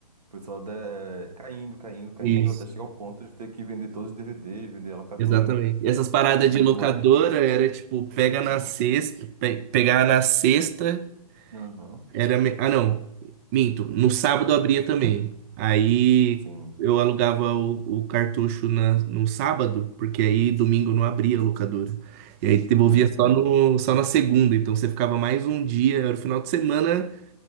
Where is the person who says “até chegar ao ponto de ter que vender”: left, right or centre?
Right